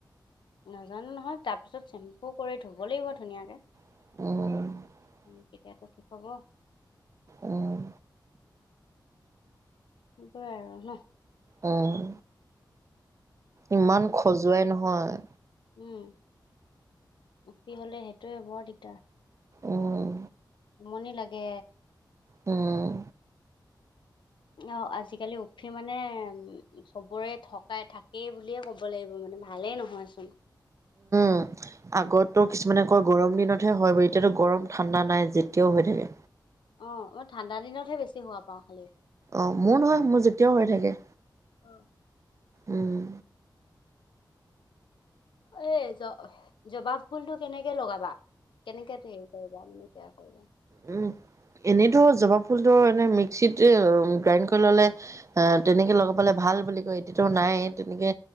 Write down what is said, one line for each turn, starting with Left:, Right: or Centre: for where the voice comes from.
Left: নাজানো নহয় তাৰপিছত চেম্পু কৰি ধুব লাগিব ধুনীয়াকে।
Right: উম
Left: উম তেতিয়াতো ঠিক হ'ব।
Right: উম
Left: হব আৰু ন
Right: আহ ইমান খজুৱাই নহয়
Left: উম উফি হলে সেইটোয়ে বৰ দিগদাৰ
Right: উম
Left: আমনি লাগে
Right: উম
Left: অ আজিকালি উফি মানে উম চবৰে থকাই থাকেই বুলিয়ে ক'ব লাগিব মানে ভালেই নহয়চোন
Right: উ আগতো কিছুমানে কয় গৰম দিনতহে হয় ব এতিয়াতো গৰম ঠাণ্ডা নাই যেতিয়াও হৈ থাকে
Left: অ মই ঠাণ্ডা দিনতহে বেছি হোৱা পাও খালি
Right: অ মোৰ নহয় মোৰ যেতিয়াও হৈ থাকে
Left: অ
Right: উম
Left: ঐ জবাব ফুল টো কেনেকে লগাবা কেনেকে কৰিবা মানে কেয়াৰ কৰিবা
Right: উম এনেইতো জবা ফুলটো এনে মিক্সিত গ্ৰাইণ্ড কৰি ল'লে তেনেকে লগাবলে ভাল ভাল বুলি কয় এতিয়াটো নাই তেনেকে